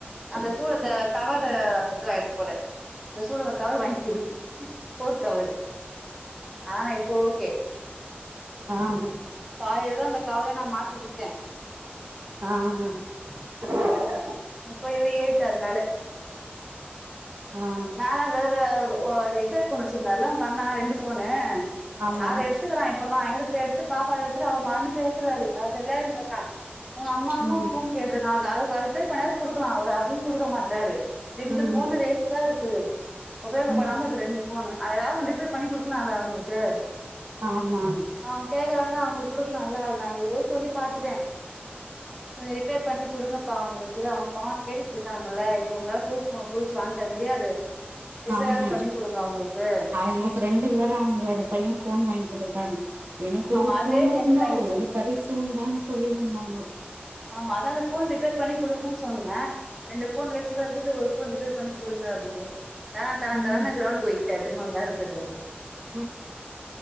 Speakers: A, in the centre; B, on the right.
A: அந்த சூழத கவரு இதுயாருசு போல <unintelligible> கவர் வாங்கிகொடு போன் கவரு ஆ இப்ப ஒகே
B: ஆமாக
A: காலேல தா அந்த கவர நா மாதி விட்டே
B: ஆ ஆ ஆ
A: இப்ப இவரு ஏறிடாரு மேல
B: ஆ
A: <unintelligible> ஒரு ப்ளே போன் வச்சிருதார்ல உங்க அண்ணா ரெண்டு போனு
B: ஆமா
A: அத எடுத்துகிறா இப்பலா எடுத்து எடுத்து பாப்பா வச்சடு அவர மறந்து பேசுறாரு அது விளையன்றக்கா உங்க அம்மாவு
B: ம்
A: போன் கேட்ருகா அத அது ரிப்பேர் பண்ண குடுகலா அவ அதயு குடுக மாடறாரு ரெண்டு
B: ம்
A: போனு வேஸ் டா இருகுது உபயோகபடாம
B: ம்
A: இருகு ரெண்டு போனு அத ஏதாவது ரிப்பேர் பண்ணி குடுகலாம்ல அவகளுகு
B: ஆமாகா
A: அவங்க கேகுறாக அவங்களுக்கு குடுகலாம்ல அத நா எவ்ளோ சொல்லி பாத்துட்டே கொஞ்சோ ரிப்பேர் பண்ணி குடுகபா அவகளுகு அவ பான் கேட்டுட்டு இருகாங்கல இப்ப உங்களால புது போன் புதுசு வாங்கி தர முடியாது ரிப்பேராது
B: ஆமா
A: பண்ணி குடுங்க அவங்களுக்கு
B: அவங்க ப்ரெண்டு வேர அவகளோட பைய போன் வாங்கி தந்துருகாக எனக்கு
A: ஆமா
B: ஒரு
A: அதே
B: போன்
A: டென்ஷன்
B: உண்டா
A: ஆயிடுச்சு
B: ஒரு பரிசு உண்டானு சொல்லிந்தாங்க
A: ஆமா அதா அந்த போன் ரிப்பேர் பண்ணி கொடுங்கன்னு சொன்னே ரெண்டு போன் வேஸ்டாதா இருகுது ஒரு போன் ரிப் பண்ணி கொடுங்க அப்டினு தர தர
B: ம்
A: தரனு கிரௌண்டுகு போயிடார் திருமா வெலயறதகு போயிடாரு
B: ம்